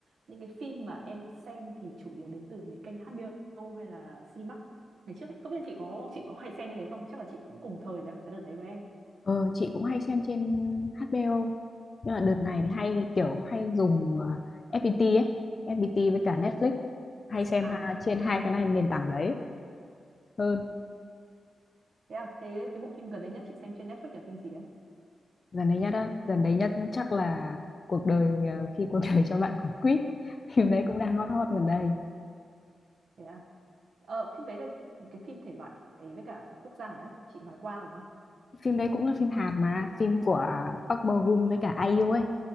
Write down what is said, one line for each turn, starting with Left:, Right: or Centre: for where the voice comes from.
Right: những cái phim mà em xem thì chủ yếu đến từ mấy kênh HBO hay là Cinemax ngày trước ấy. không biết là chị có chị có hay xem như thế không chắc là chị cũng cùng thời với cả cái đợt đấy của em
Left: ờ chị cũng hay xem trên HBO nhưng mà đợt này thì hay kiểu hay dùng ờ, FPT ấy FPT với cả Netflix hay xem
Right: à
Left: ha,
Right: à
Left: trên hai cái này nền tảng đấy ừ
Right: thế à thế cái bộ phim gần đây nhất chị xem trên Netflix là phim gì đấy
Left: dần đấy nhất á dần đấy nhất chắc là cuộc đời ờ, khi cuộc <laughs> đời cho bạn quả quýt phim đấy cũng đang hot hot gần đây
Right: thế à Ờ, phim đấy là cái phim thể loại ấy với cả quốc gia nào đấy chị nói qua đúng không
Left: phim đấy cũng là phim Hàn mà phim của Park Bo Gum với cả IU ấy